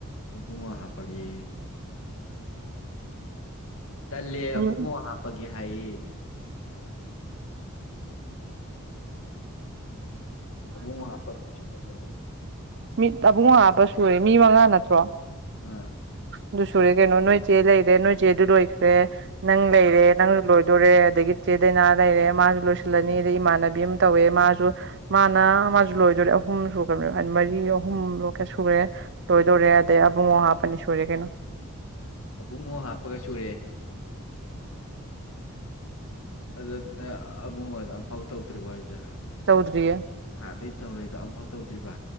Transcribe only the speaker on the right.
ꯎꯝ
ꯃꯤꯠ ꯑꯥꯕꯨꯡ ꯍꯥꯥꯞꯕ ꯁꯨꯔꯦ ꯃꯤ ꯃꯉꯥ ꯅꯠꯇ꯭ꯔꯣ
ꯑꯗꯨ ꯁꯨꯔꯦ ꯀꯩꯅꯣ ꯅꯣꯏ ꯆꯦ ꯂꯩꯔꯦ ꯅꯣꯏ ꯆꯦ ꯑꯗꯨ ꯂꯣꯏꯈ꯭ꯔꯦ ꯅꯪ ꯂꯩꯔꯦ ꯅꯪ ꯂꯣꯏꯗꯣꯔꯦ ꯑꯗꯒꯤ ꯆꯦꯗꯅꯥ ꯂꯩꯔꯦ ꯃꯥꯁꯨ ꯂꯣꯏꯁꯤꯜꯂꯅꯤ ꯑꯗꯩ ꯏꯃꯥꯟꯅꯕꯤ ꯑꯃ ꯇꯧꯋꯦ ꯃꯥꯁꯨ ꯃꯥꯅ ꯃꯥꯁꯨ ꯂꯣꯏꯗꯔꯦ ꯑꯣ ꯑꯍꯨꯝ ꯁꯨꯈꯅꯦ ꯃꯔꯤ ꯑꯍꯨꯝ ꯂꯣꯛ ꯀ ꯁꯨꯔꯦ ꯂꯣꯏꯗꯣꯔꯦ
ꯑꯗꯩ ꯑꯕꯨꯡꯉ ꯍꯥꯞꯄꯅꯤ ꯁꯨꯔꯦ ꯀꯩꯅꯣ
ꯇꯧꯗ꯭ꯔꯤꯌꯦ